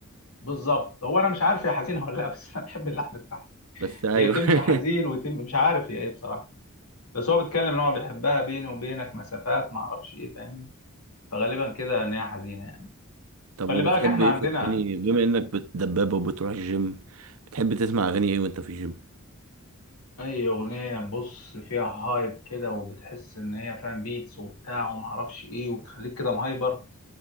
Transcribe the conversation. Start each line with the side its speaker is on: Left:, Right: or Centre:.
Left: بالظبط هو انا مش عارف هي حزينه ولا لا بس انا بحب اللحن بتاعها
Right: بس ايوه
Left: هي تمشي حزين
Right: <laughs>
Left: وتم مش عارف هي ايه بصراحه بس هو بيتكلم ان هو بيحبها بيني وبينك مسافات ما اعرفش ايه فاهمني فغالبا كده ان هي حزينه يعني
Right: طب
Left: خلي
Right: وبتحب
Left: بالك احنا
Right: ايه
Left: عندنا
Right: في الاغاني بما انك بتدبب وبتروح الجيم بتحب تسمع اغاني ايه وانت في الجيم
Left: اي اغنيه بص فيها هايب كده وبتحس ان هي فاهم بيتس وبتاع وما اعرفش ايه وبتخليك كده مهايبر